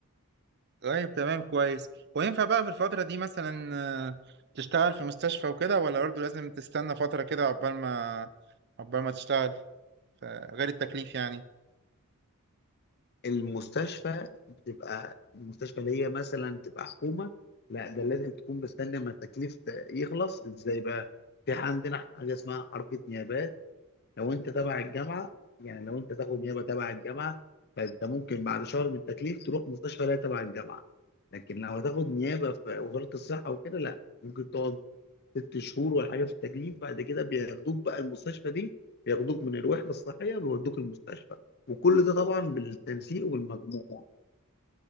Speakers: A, on the right; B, on the left.
A: طيب تمام كويس وينفع بقى في الفترة دي مثلا آه، تشتغل في مستشفى وكده ولا برضه لازم تستنى فترة كده عقبال ما عقبال ما تشتغل ف- غير التكليف يعني
B: المستشفى بتبقى المستشفى اللي هي مثلا تبقى حكومة لا ده لازم تكون مستني أما التكليف يخلص إزاي بقى؟ في عندنا حاجة اسمها حركة نيابات لو انت تبع الجامعه يعني لو انت تاخد نيابه تبع الجامعه فانت ممكن بعد شهر من التكليف تروح مستشفى لا تبع الجامعه لكن لو هتاخد نيابه في وزاره الصحه وكده لا ممكن تقعد ست شهور ولا حاجه في التكليف بعد كده بياخدوك بقى المستشفى دي بياخدوك من الوحده الصحيه بيودوك المستشفى وكل ده طبعا بالتنسيق والمجموع